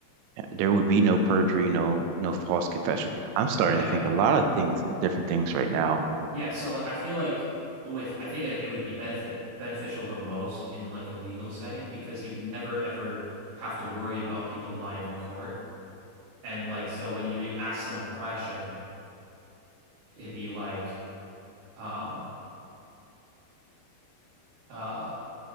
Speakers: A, on the right; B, on the right.
A: there would be no perjury, no no false confession. I'm starting
B: Yeah.
A: to think a lot of things, different things right now.
B: Yeah, so like I feel like with I think like it would be benefit beneficial the most in like a legal setting because you'd never ever have to worry about people lying in court. And like so whenever you ask someone a question, it'd be like um uh